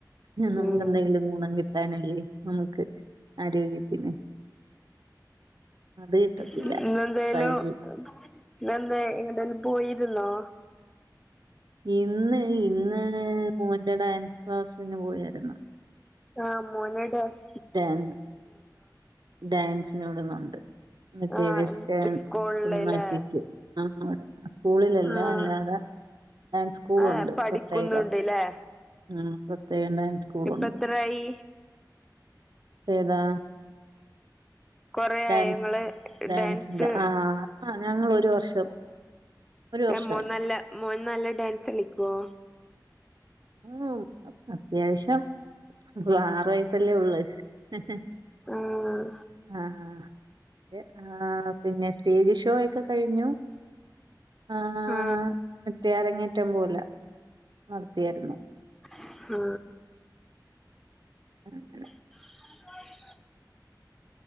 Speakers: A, on the right; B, in the centre.
A: എ നമുക്ക്
B: ഉം
A: എന്തെങ്കിലും ഗുണം കിട്ടാനല്ലേ നമുക്ക് ആരോഗ്യത്തിന്, അത് കിട്ടത്തില്ല
B: ഇന്ന് എന്തേലും
A: ട്രൈ ചെയ്ത്
B: പിന്നെന്ത ഇന്ന് എങ്ങടെങ്കിലും പോയിരുന്നോ
A: ഇന്ന് ഇന്ന് മോന്റെ ഡാൻസ് ക്ലാസിനു പോയായിരുന്നു.
B: ആഹ മോനാഡാഷ്
A: ഡാൻ ഡാൻസിനോടുന്നുണ്ട്. മറ്റേ
B: ആഹ്
A: വെസ്റ്റേൺ
B: സ്കൂളില്ല്ലേ
A: സിനിമാറ്റിക്. ആ അവിടെ സ്കൂളിലല്ല
B: ആഹ്
A: അല്ലാത ഡയൻസ് സ്കൂൾുണ്ട്
B: ഏഹ് പഠിക്കുന്നുണ്ട്ല്ലേ
A: പ്രത്യേകം ഉ പ്രത്യേകം ഡാൻസ് സ്കൂളുണ്ട്
B: ഇപ്പ എത്രായി?
A: ഏതാ?
B: കൊറേ
A: ഡാൻസ്
B: ആയോ ഇങ്ങള്
A: ഡാൻസിന്റെ
B: ഡാൻസ്
A: ആഹ ആ ഞങ്ങൾ ഒരു വർഷം. ഒരു വർഷമായി
B: ഏഹ് മോൻ നല്ല മോൻ നല്ല ഡാൻസളിക്കോ?
A: ഉം അഅത്യാവശ്യം, ഇള് ആറ് വയസല്ലേ ഉള്ള് ഹ് ഹ്
B: ആഹ്
A: ആഹ് ആഹ് പിന്നെ സ്റ്റേജ് ഷോയ്ക്ക് കഴിഞ്ഞു ആ
B: ആഹ്
A: മറ്റേ അരങ്ങേറ്റം പോല നടത്തിയാര്ന്നു.
B: ആഹ്.
A: <unintelligible>
B: <inaudible>